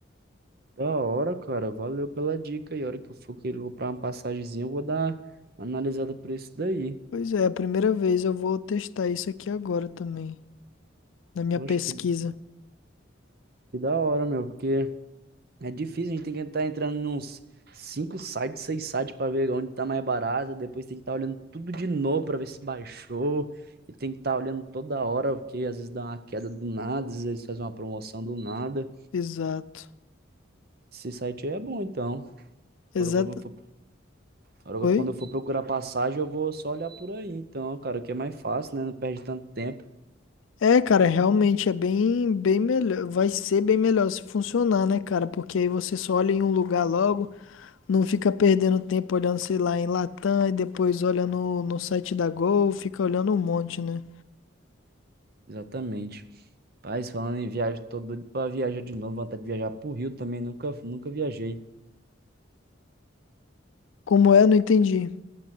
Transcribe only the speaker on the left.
Pois é, a primeira vez eu vou testar isso aqui agora também, na minha
pesquisa.
Exato.
Exato.
Oi?
É, cara, realmente é bem, bem melhor. Vai ser bem melhor se funcionar, né, cara? Porque aí você só olha em um lugar logo, não fica perdendo tempo olhando, sei lá, em Latam e depois olha no, no site da Gol, fica olhando um monte, né?
Como é, não entendi.